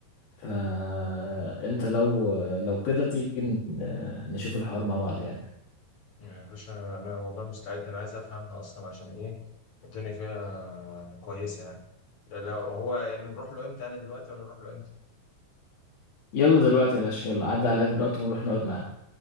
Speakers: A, on the left; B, on the left.
A: فانت لو لو كده تيجي ن- نشوف الحوار مع بعض يعني
B: يعني يا باشا انا والله مستعد انا عايز افهمها اصلا عشان ايه الدنيا فيها كويسه يعني لو هو يعني نروح له امتى انا دلوقتي ولا نروح له امتى
A: يلا دلوقتي يا باشا يلا عدى عليا دلوقتي ونروح نقعد معاه